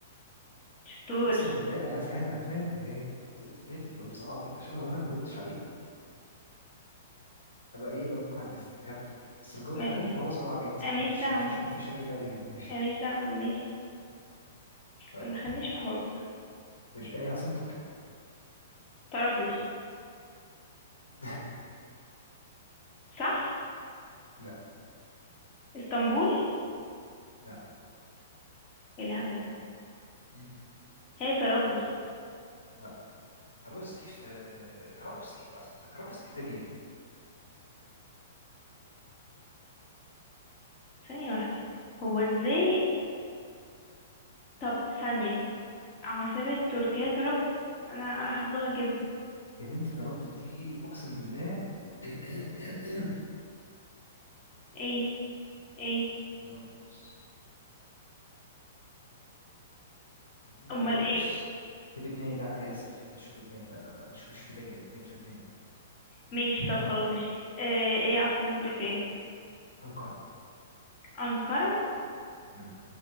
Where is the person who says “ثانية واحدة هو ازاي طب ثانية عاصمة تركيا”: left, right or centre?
Left